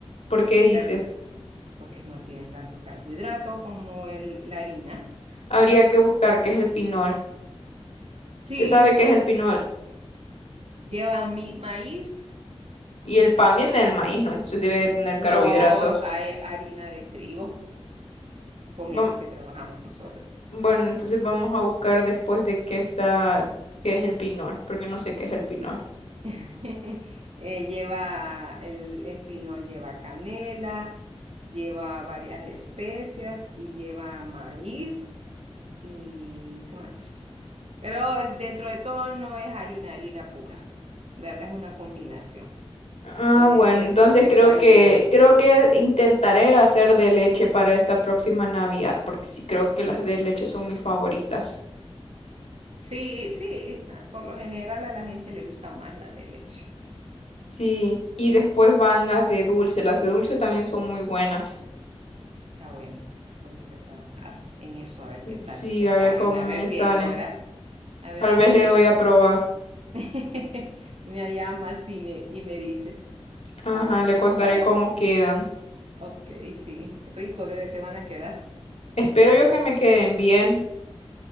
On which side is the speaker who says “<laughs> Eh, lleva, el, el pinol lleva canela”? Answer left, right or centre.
Right